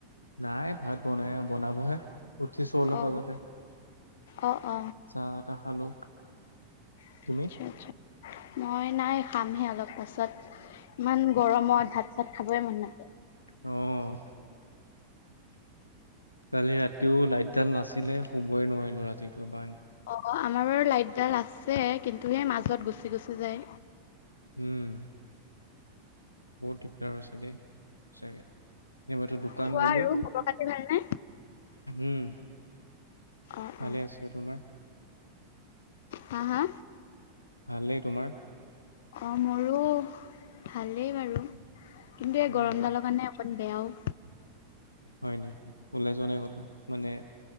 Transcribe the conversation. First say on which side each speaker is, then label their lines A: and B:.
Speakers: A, on the left (about 85°); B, on the left (about 55°).
A: নাই ভাত বনাই বনাবহে। উঠিছোঁ অলপ
B: অ
A: আগতে।
B: অ অ
A: চাহ একাপ খালো।
B: আতচ্ছা,
A: তুমি?
B: আতচ্ছা, মই নাই খামহে অলপ পাছত ইমান গৰমত ভাত চাত খাবয়ে মন নাযায়।
A: অ', কালি ৰাতিও লাইটডাল নাছিলে, শুবই নোৱাৰিলো। ৰাতিটো বাই
B: অ, আমাৰ বাৰ লাইটডাল আছে, কিন্তু সেই মাজত গুচি গুচি যায়।
A: উম। বহুত দিগদাৰ হৈছে দেই। সঁচাকে, সেই মইতো দোকান
B: কোৱা
A: গ'লো।
B: আৰু খবৰ খাতি ভালনে?
A: উম,
B: অ
A: ভালে
B: অ
A: আছে, তোমাৰ?
B: হা, হা?
A: ভালেই তোমাৰ?
B: অ, মোৰো ভালেই বাৰু, কিন্তু এই
A: উম,
B: গৰমডালৰ কাৰণে বেয়াও।
A: হয় নেকি? উলাই যোৱা নাই ক'তো? মানে